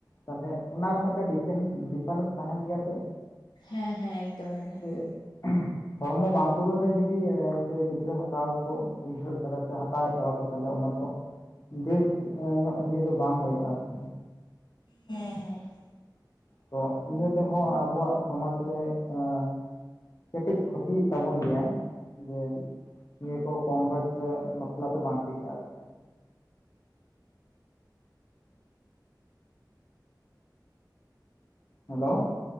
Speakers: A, on the left; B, on the left.
A: ᱛᱟᱦᱚᱞᱮ ᱚᱱᱟ ᱨᱮᱦᱚᱸ ᱢᱤᱫᱴᱮᱱ ᱰᱤᱯᱷᱮᱱᱥ ᱰᱤᱯᱷᱟᱨᱮᱱᱥ ᱛᱟᱦᱮᱱ ᱜᱮᱭᱟ ᱥᱮ।
B: ᱦᱮᱸ ᱦᱮᱸ ᱮᱠᱫᱚᱢ
A: ᱡᱮ
B: <unintelligible>
A: <unintelligible> ᱦᱚᱲᱢᱚ ᱵᱟᱝ ᱯᱩᱨᱟᱹᱣ ᱨᱮ ᱡᱩᱫᱤ ᱤᱱᱠᱟ ᱜᱤᱫᱽᱨᱟᱹ ᱦᱟᱛᱟᱣ ᱠᱚ ᱩᱭᱦᱟᱹᱨ ᱠᱟᱫᱟ ᱥᱮ ᱦᱟᱛᱟᱣᱮᱫ ᱠᱚᱣᱟ ᱠᱚ ᱛᱟᱦᱟᱞᱮ ᱚᱱᱟ ᱫᱚ ᱵᱮᱥ ᱧᱚᱜ ᱤᱭᱟᱹ ᱫᱚ ᱵᱟᱝ ᱦᱩᱭᱩᱜᱼᱟ ᱟᱨᱠᱤ।
B: ᱦᱮᱸ ᱦᱮᱸ
A: ᱛᱚ ᱤᱱᱟᱹ ᱛᱮᱦᱚᱸ ᱟᱵᱚᱣᱟᱜ ᱥᱚᱢᱟᱡ ᱨᱮ ᱮᱸ ᱠᱟᱹᱴᱤᱡᱽ ᱠᱷᱚᱛᱤᱭ ᱛᱟᱵᱚᱱ ᱜᱮᱭᱟᱭ ᱡᱮ ᱤᱭᱟᱹ ᱠᱚ ᱠᱚᱢ ᱵᱚᱭᱮᱥ ᱨᱮ ᱵᱟᱯᱞᱟ ᱫᱚ ᱵᱟᱝ ᱴᱷᱤᱠᱼᱟ ᱟᱨᱠᱤ। ᱦᱮᱞᱳ